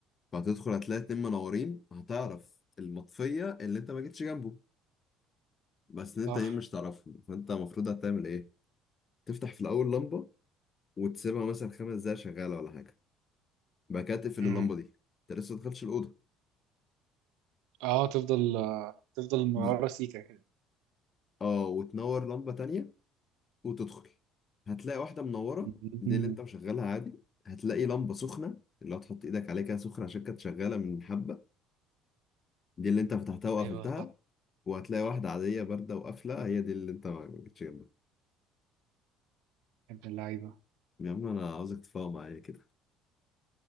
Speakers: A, on the left; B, on the right.
A: فهتدخل هتلاقي اتنين منورين هتعرف المطفية اللي انت ما جيتش جنبه بس انت
B: صح
A: تانيين مش تعرفهم فانت المفروض هتعمل ايه تفتح في الاول لمبة وتسيبها مثلا خمس دقايق شغالة ولا حاجة بعد كده تقفل
B: امم
A: اللمبة دي انت لسه ما دخلتش الأوضة
B: اه تفضل آه، تفضل مرة
A: بز...
B: سيكة كده
A: اه وتنور لمبة تانية وتدخل هتلاقي واحدة منورة
B: مم.
A: دي اللي انت مشغلها عادي هتلاقي لمبة سخنة اللي هتحط ايدك عليها كده سخنة عشان كانت شغالة من حبة دي اللي انت فتحتها وقفلتها
B: ايوه صح
A: وهتلاقي واحدة عادية باردة وقافلة هي دي اللي انت ما جيتش جنبها
B: يا ابن اللعيبة
A: يا عم انا عاوزك تفاهم معايا كده